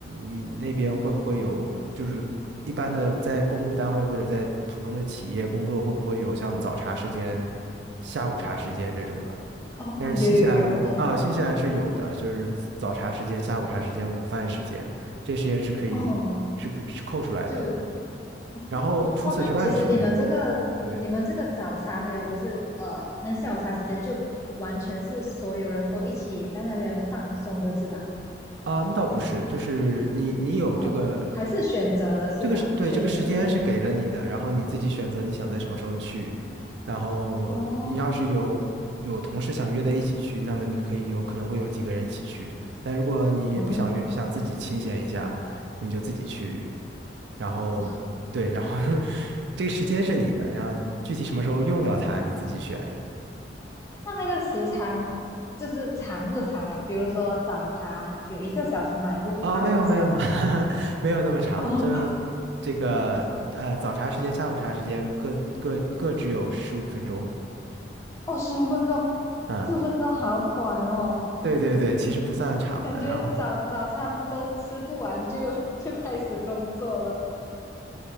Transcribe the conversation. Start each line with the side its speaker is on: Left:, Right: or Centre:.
Right: 你那边会不会有，就是一般的在公务单位或者在普通的企业工作，会不会有像早茶时间、下午茶时间这种的？
Left: 哦，
Right: 但是新西兰啊，
Left: 有有有，我
Right: 新西兰是有的，就是早茶时间、下午茶时间、午饭时间，这时间是可以是可是扣出来的。
Left: 哦，对哦
Right: 然后除此之外的时间，
Left: 哦，那其实你们这个你们这个早茶还有就是呃，
Right: 对
Left: 那下午茶时间就完全是所有人都一起在那边放松的是吧？
Right: 啊，那倒不是，就是你你有这个
Left: 哦，就还是选择的是吧？
Right: 这个是对这个时间是给了你的，
Left: 选择性
Right: 然后你自己选择你想在什么时候去，然后你要是有有同事想约在一起去，
Left: 哦
Right: 那么你可以有可能会有几个人一起去，但如果你不想约，
Left: 哦。
Right: 就想自己清闲一下，你就自己去。然后对，
Left: 哇。
Right: 然后 <laughs> 这个时间是你的，然后具体什么时候用掉它你自己选。
Left: 那那个时长就是长不长啊？比如说早茶有一个小时吗？还是半个小时这样子？
Right: 啊、没有没有 <laughs> 没有那么长，
Left: 哦
Right: 就是这个呃早茶时间、下午茶时间各各各只有十五分钟。
Left: 哦，十五分钟，
Right: 嗯，
Left: 十五分钟好短哦，
Right: 对对对，其实不算长的。
Left: 感觉早早餐都吃不完就
Right: 然后
Left: <laughs> 就开始工作了。